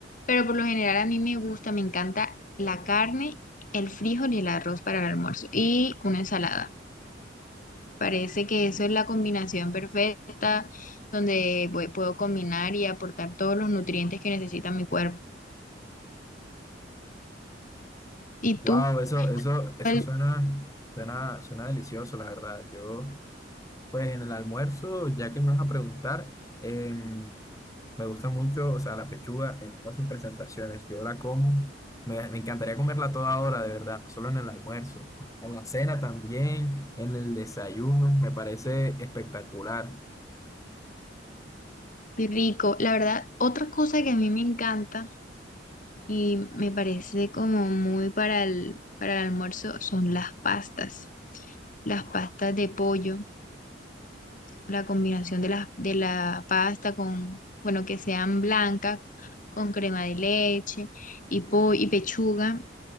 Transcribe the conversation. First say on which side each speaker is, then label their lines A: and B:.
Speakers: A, on the left; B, on the left.
A: pero por lo general a mí me gusta, me encanta la carne, el frijol y el arroz para el almuerzo y una ensalada. Parece que eso es la combinación perfecta donde voy- puedo combinar y aportar todos los nutrientes que necesita mi cuerpo. ¿Y
B: Wow,
A: tú?
B: eso, eso, eso
A: ¿Cuál
B: suena, suena, suena delicioso, la verdad. Yo, pues en el almuerzo, ya que me vas a preguntar, em, me gusta mucho, o sea, la pechuga en todas sus presentaciones. Yo la como, me, me encantaría comerla a toda hora, de verdad, no solo en el almuerzo, en la cena también, en el desayuno, me parece espectacular.
A: Qué rico. La verdad, otra cosa que a mí me encanta y me parece como muy para el, para el almuerzo son las pastas. Las pastas de pollo, la combinación de la, de la pasta con, bueno, que sean blancas, con crema de leche y, po y pechuga,